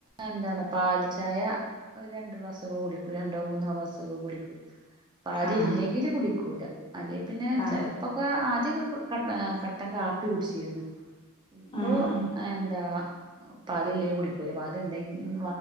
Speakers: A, on the right (about 20°); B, on the left (about 20°).
A: എന്താണ് പാൽ ചായ ഒരു രണ്ട് ക്ലാസ്സ് ഒക്കെ കുടിക്കും, രണ്ടോ മൂന്നോ ക്ലാസക്കെ കുടിക്കും. പാല്
B: ആഹ്
A: ഇല്ലെങ്കില് കുടിക്കൂല അല്ലെയ് പിന്നെ
B: ആഹ്
A: ചെല ഇപ്പൊക്കെ ആദ്യൊക്കെ ക ക കട്ടം കാപ്പി കുടിച്ചീരുന്നു ഇപ്പൊ
B: ഉം ഉം
A: എന്താ പാല് ഇല്ലെങ്കിൽ കുടിക്കൂല പാലുണ്ടെങ്കി